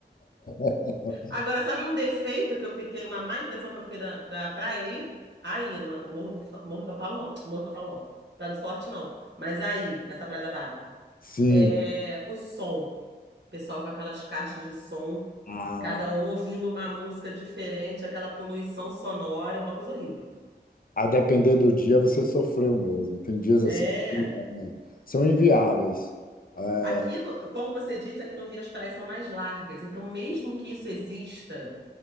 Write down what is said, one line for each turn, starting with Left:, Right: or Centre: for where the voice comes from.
Left: <laughs>
Right: Agora, sabe um defeito que eu fiquei, uma má impressão que eu fiquei da, da praia aí? Aí, no, no Morro do, Morro do Tapalão. Morro do Tapalão. Praia do Forte, não. Mas aí, nessa Praia da Barra.
Left: Sim,
Right: É, o som. Pessoal com aquelas caixas de som,
Left: Ah,
Right: cada um ouvindo uma música diferente, aquela poluição sonora, uma coisa horrível.
Left: a depender do dia você sofreu mesmo. Tem dias
Right: É.
Left: assim que né, são inviáveis. É,
Right: Aqui, no, como você disse, aqui no Rio as praias são mais largas. Então, mesmo que isso exista,